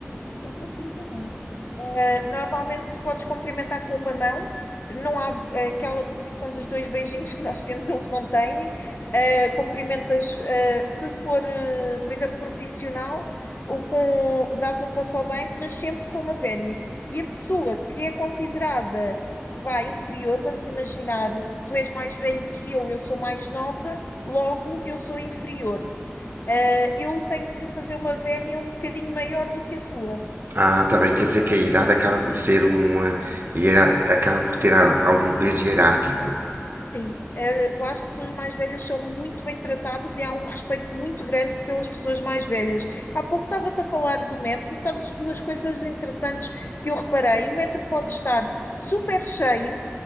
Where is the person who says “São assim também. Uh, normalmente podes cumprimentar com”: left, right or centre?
Left